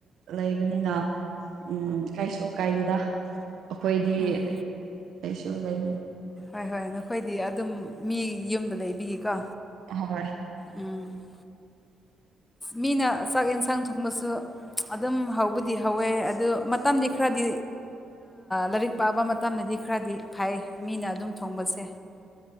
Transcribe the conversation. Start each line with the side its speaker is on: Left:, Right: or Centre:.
Right: ꯂꯩꯕꯅꯤꯅ ꯎꯝ ꯀꯥꯏꯁꯨ ꯀꯥꯏꯗꯗ ꯑꯩꯈꯣꯏꯗꯤ
Left: ꯎꯝ
Right: ꯀꯩꯁꯨ ꯌꯥꯦ
Left: ꯍꯣꯏ ꯍꯣꯏ ꯅꯈꯣꯏꯗꯤ ꯑꯗꯨꯝ ꯃꯤ ꯌꯨꯝꯗ ꯂꯩꯕꯤꯒꯀꯣ
Right: ꯍꯣꯏ
Left: ꯎꯝ
Right: <unintelligible>
Left: ꯃꯤꯅ ꯆꯥꯛ ꯌꯦꯟꯁꯥꯡ ꯊꯣꯡꯕꯁꯨ ꯑꯗꯨꯝ ꯍꯧꯕꯗꯤ ꯍꯧꯋꯦ ꯑꯗꯨ ꯃꯇꯝꯗꯤ ꯈꯔꯗꯤ ꯂꯥꯏꯔꯤꯛ ꯄꯥꯕ ꯃꯇꯝꯗꯗꯤ ꯈꯔꯗꯤ ꯐꯩ ꯃꯤꯅ ꯑꯗꯨꯝ ꯊꯣꯡꯕꯁꯦ